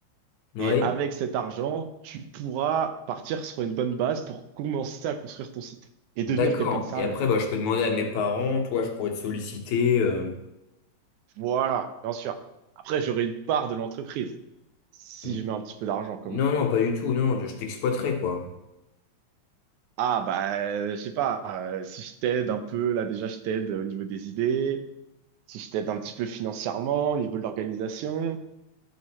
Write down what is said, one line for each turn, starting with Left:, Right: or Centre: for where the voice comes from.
Left: Oui,
Right: Et avec cet argent, tu pourras partir sur une bonne base pour commencer à construire ton site et devenir
Left: d'accord.
Right: quelqu'un de sérieux.
Left: Et après, bah, je peux demander à mes parents, toi, je pourrais te solliciter. euh,
Right: Voilà, bien sûr. Après, j'aurai une part de l'entreprise si
Left: n-
Right: je mets un petit peu d'argent quand
Left: Non,
Right: même.
Left: non, pas du tout, non, je t'exploiterai, quoi.
Right: Ah, bah, je sais pas, euh, si je t'aide un peu, là déjà, je t'aide au niveau des idées. Si je t'aide un petit peu financièrement, au niveau de l'organisation,